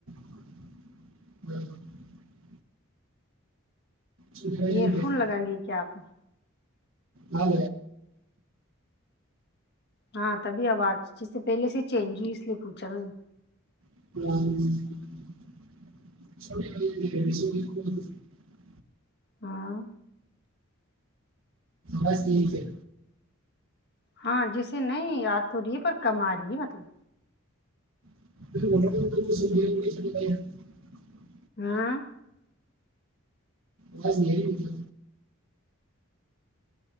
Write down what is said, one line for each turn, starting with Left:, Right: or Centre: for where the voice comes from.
Right: <unintelligible> چھوٹے
Left: ایئر فون لگا لی کیا آپ نے
Right: ہاں
Left: ہاں تبھی آواز جس سے پہلے سے چینج ہوئی اس لیے پوچھا میں نے
Right: <unintelligible>
Left: ہاں
Right: بس یہ ہے
Left: ہاں جیسے نہیں یاد ہو رہی ہے پر کما رہی ہے مطلب
Right: <unintelligible>
Left: ہاں
Right: بس یہ ک